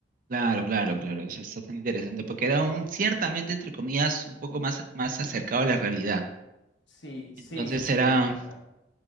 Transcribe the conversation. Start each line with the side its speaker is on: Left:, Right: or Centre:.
Right: Claro, claro, claro, eso está tan interesante, porque era un, ciertamente, entre comillas, un poco más, más acercado a la realidad.
Left: Sí, sí,
Right: Entonces
Left: sí, sí,
Right: era
Left: de alguna manera.